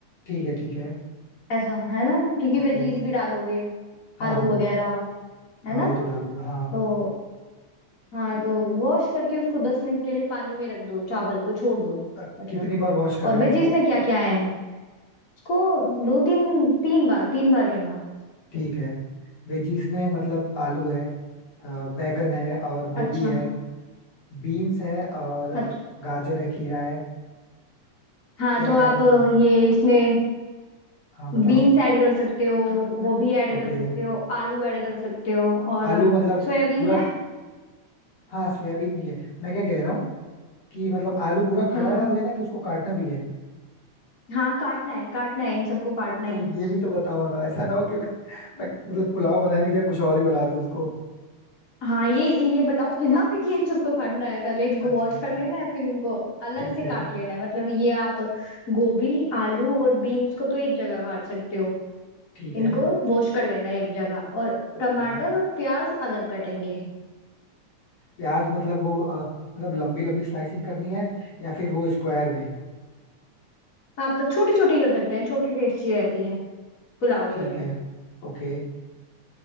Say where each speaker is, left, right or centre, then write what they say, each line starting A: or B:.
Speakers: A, on the left (about 55°); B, on the left (about 25°).
A: ठीक है ठीक है
B: ऐसा है ना क्योंकि
A: ओके
B: वेजीज भी डालोगे
A: हाँ
B: आलू
A: हाँ
B: वगैरह है
A: हाँ
B: ना
A: वो तो डालूंगा हाँ
B: तो हाँ तो वॉश करके उसको दस मिनट के लिए पानी में रख दो चावल को छोड़ दो
A: अ,
B: मतलब
A: कितनी बार वॉश करना
B: और वेजीज
A: है उसको
B: में क्या क्या है उसको दो तीन तीन बार तीन बार करना
A: ठीक है वेजीज में मतलब आलू है अ, बैगन है और गोभी
B: अच्छा
A: है बीन्स है और
B: अच्छा
A: गाजर है खीरा है
B: हाँ
A: क्या
B: तो
A: क्या
B: आप
A: है मतलब
B: ये इसमें
A: हाँ हाँ बताओ
B: बीन्स ऐड कर सकते हो गोभी ऐड
A: ओके
B: कर सकते हो आलू ऐड कर सकते हो और
A: आलू मतलब
B: सोयाबीन
A: पूरा
B: है
A: हाँ सोयाबीन भी है मैं क्या कह रहा हूँ कि मतलब आलू पूरा खड़ा
B: हम्म
A: डाल देना है कि उसको काटना भी है
B: हाँ काटना है काटना है इन सबको काटना
A: तो
B: ही है
A: ये भी तो बताओ ना ऐसा ना हो कि मैं, मैं मतलब पुलाव बनाने की जगह कुछ और ही बना दूँ उसको
B: हाँ ये ये बताऊंगी ना मैं कि इन सबको काटना है पहले इनको
A: अच्छा
B: वॉश
A: अच्छा
B: कर लेना है फिर इनको अलग
A: ठीक
B: से
A: है
B: काट लेना है मतलब ये आप गोभी आलू और बीन्स को तो एक जगह काट सकते हो
A: ठीक
B: इनको
A: है
B: वॉश कर लेना है एक जगह और
A: ओके
B: टमाटर और प्याज अलग कटेंगे
A: प्याज मतलब वो अ, मतलब लंबी लंबी स्लाइसिंग करनी है या फिर वो स्क्वायर में
B: आप छोटी छोटी कर सकते हैं छोटी टेस्टी रहती है पुलाव
A: ठीक
B: के लिए
A: है ओके